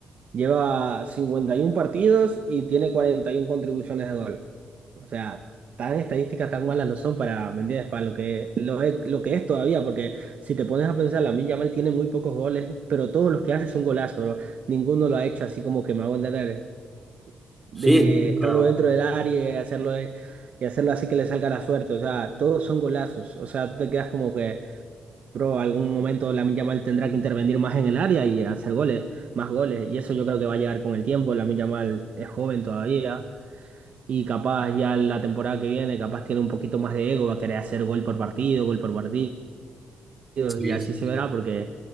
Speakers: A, on the right; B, in the centre.
A: lleva 51 partidos y tiene 41 contribuciones de gol. O sea, tan estadísticas tan malas no son para, ¿me entiendes? Para lo que, lo es, lo que es todavía, porque si te pones a pensar, Lamine Yamal tiene muy pocos goles, pero todos los que hace son golazos, bro. Ninguno lo ha hecho así como que me hago entender de
B: Sí, sí, sí,
A: estando
B: claro.
A: dentro del área y hacerlo, de- y hacerlo así que le salga la suerte. O sea, todos son golazos. O sea, tú te quedas como que, bro, algún momento Lamine Yamal tendrá que intervenir más en el área y hacer goles, más goles. Y eso yo creo que va a llegar con el tiempo. Lamine Yamal es joven todavía. Y capaz ya la temporada que viene, capaz tiene un poquito más de ego, va a querer hacer gol por partido, gol por partido y
B: Sí,
A: así
B: sí,
A: se verá
B: sí.
A: porque